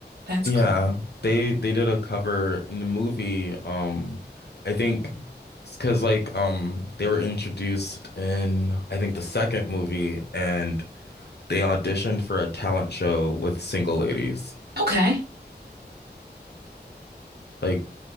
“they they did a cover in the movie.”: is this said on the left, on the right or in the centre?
Left